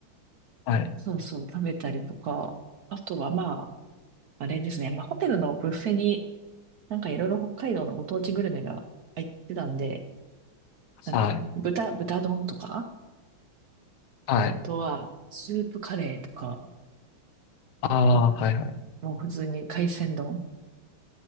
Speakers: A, on the left; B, on the right.
A: はい。
B: そうそう、食べたりとか、あとはまあ、あれですね、まあ、ホテルのブッフェに、なんかいろいろ北海道のご当地グルメが入ってたんで、なんか豚、
A: はい。
B: 豚丼とか、
A: はい。
B: あとはスープカレーとか、
A: あー、
B: あ
A: はい。はい。
B: もう普通に海鮮丼